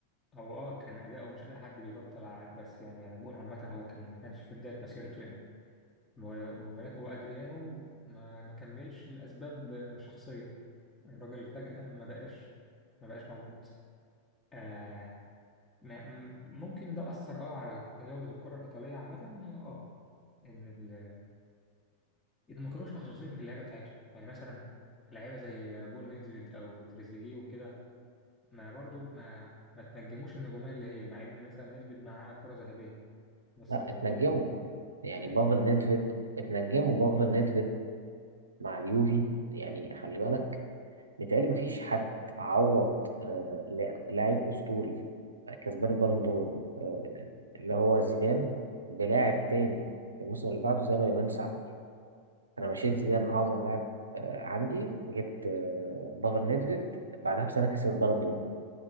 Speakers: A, on the left; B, on the right.
A: هو اه كان اداؤه مش اداء حد بيبطل ع- بس يعني انا بقول عامة هو كان ما كانش في بداية مسيرته يعني و- وبالك وأدريانو ما ما كملش لأسباب شخصية الراجل فجأة ما بقاش ما بقاش موجود آه ما م- ممكن ده أثر اه على جودة الكرة الإيطالية عامة اه إن ال إن ما كانوش محظوظين في اللعبة بتاعتهم يعني مثلا لعيبة زي بول نيدفيد أو تريزيجيه وكده ما برضو ما ما تنجموش النجومية اللي هي مع إن مثلا نيدفيد معاه كرة ذهبية بس
B: لا
A: برضو
B: اتنجموا يعني
A: إيه
B: بافل نيدفيد اتنجموا بافل نيدفيد مع اليوفي يعني خلي بالك متهيألي مفيش حد عوض آه، لا- لاعب أسطوري آه، كسبان البالون دور آه، اللي هو زيدان بلاعب تاني في الموسم اللي بعده زي ما يوفنتوس عمل أنا مشيت زيدان أعظم لاعب آه، عندي جبت آه، بافل نيدفيد بعدها بسنة كسب البالون دور